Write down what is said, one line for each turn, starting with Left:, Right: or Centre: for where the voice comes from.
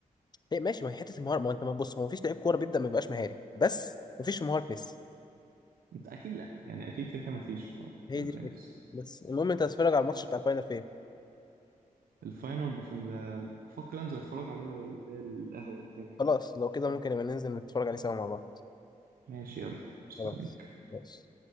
Left: هي ماشي ما هي حته المهاره ما انت ما- بص ما فيش لعيب كوره بيبدا ما بيبقاش مهاري بس ما فيش في مهاره ميسي
Right: انت اكيد لا يعني اكيد كده كده مفيش
Left: هي دي الفكره
Right: زي ميسي
Left: بس المهم انت هتتفرج على الماتش بتاع الفاينل فين
Right: الفاينل بف- بفكر انزل اتفرج عليه على ال- القهوه اللي هنا دي
Left: خلاص لو كده ممكن نبقى ننزل نتفرج عليه سوا مع بعض
Right: ماشي يلا مستنيك
Left: خلاص ماشي